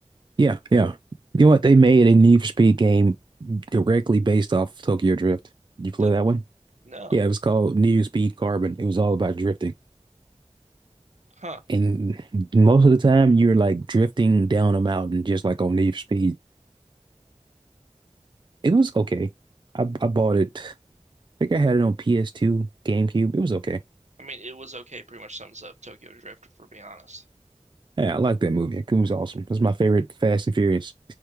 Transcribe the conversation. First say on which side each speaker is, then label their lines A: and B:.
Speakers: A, on the right; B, on the right.
A: yeah, yeah. You know what? They made a Need for Speed game directly based off Tokyo Drift. You play
B: Did
A: that one?
B: no,
A: Yeah, it was called Near Speed Carbon. It was all about drifting.
B: huh?
A: And most of the time you're like drifting down a mountain just like on Need for Speed. It was okay. I I bought it. I think I had it on PS2, GameCube. It was okay.
B: I mean, it was okay. Pretty much sums up Tokyo Drift, for being honest.
A: Yeah, I like that movie. It was awesome. It's my favorite Fast and Furious.